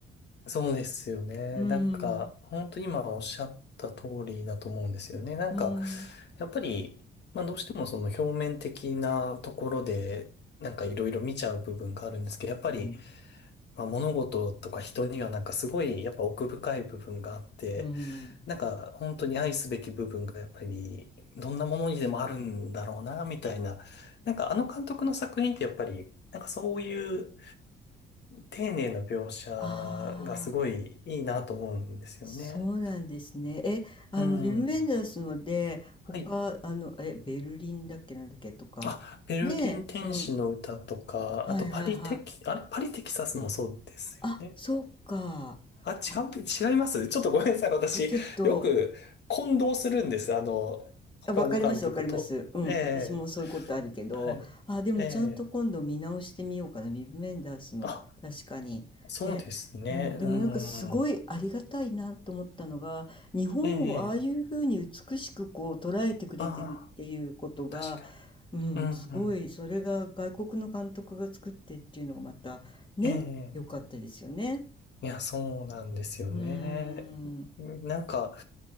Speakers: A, on the left; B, on the left.
A: そうですよね。
B: うーん、
A: なんか、本当に今おっしゃった通りだと思うんですよね。なんか、
B: うーん、
A: やっぱり、まあどうしてもその表面的なところで、なんかいろいろ見ちゃう部分があるんですけど、やっぱり、
B: うん、
A: まあ物事とか人にはなんかすごいやっぱ奥深い部分があって、
B: うーん。
A: なんか本当に愛すべき部分がやっぱり、どんなものにでもあるんだろうな、みたいな。なんかあの監督の作品ってやっぱり、なんかそういう丁寧な描写
B: ああ、
A: がすごいいいなと思うんですよね。
B: そうなんですね。え、あの、
A: うん。
B: ビム・ベンダースので、他、
A: はい。
B: あの、え、ベルリンだっけなんだっけとか、
A: あ、ベルリン天使の歌とか、
B: ねえ、うん、はいはいはい。
A: あとパリテキ、あれ、パリテキサスもそうですよね。
B: あ、そうか。
A: あ、違う、
B: あ、
A: 違いますちょっとごめんなさい。私、
B: ちょっと、
A: よく混同するんです。あの、他の監督と。
B: あ、わかります、わかります。うん、
A: ええ、
B: 私もそういうことあるけど、
A: はい。
B: あ、でもちゃんと今度見直してみようかな、
A: ええ、
B: ビブメンダースの、
A: あ、
B: 確かに。
A: そうですね。
B: ね。うん、でもなんかすごいありがたいなと思ったのが、
A: うん。
B: 日本をああいうふうに美しくこう捉えてくれてるっていうことが、
A: ええ、ああ、確か
B: うん、
A: に。うん、
B: すごい、
A: うん。
B: それが外国の監督が作ってっていうのがまた、ね、
A: ええ
B: 良かったですよね。
A: いや、そうなんですよね。
B: うーん。
A: なんか、